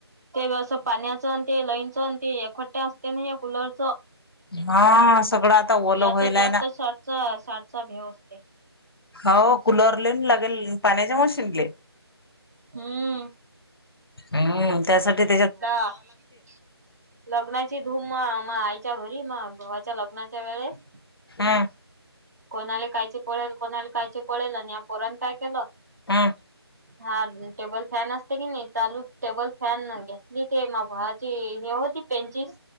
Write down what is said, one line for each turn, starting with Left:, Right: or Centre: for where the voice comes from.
Right: ते असं पाण्याचं आणि ते लाईनच आणि ते एकोट्या असते नी हे कुलरचं.
Left: हा सगळं आता ओलं
Right: याचा
Left: व्हायलाय
Right: जास्त
Left: ना
Right: शॉकचा शॉकचा भ्या वाटतंय
Left: होव कुलरलेन लागेल, पाण्याच्या मशीनले.
Right: हम्म.
Left: हम्म त्यात ते
Right: <unintelligible> लग्नाची धूम मग आईच्या घरी, मग भावाच्या लग्नाच्या वेळेस
Left: हम्म.
Right: कोणाले कायचे पडेल, कोणाला कायचे पडेल आणि या पोरान काय केलं.
Left: हम्म
Right: हा टेबल फॅन असते कणी, चालू टेबल फॅन घ्या मी त्या भावाची हे होती पेनशील.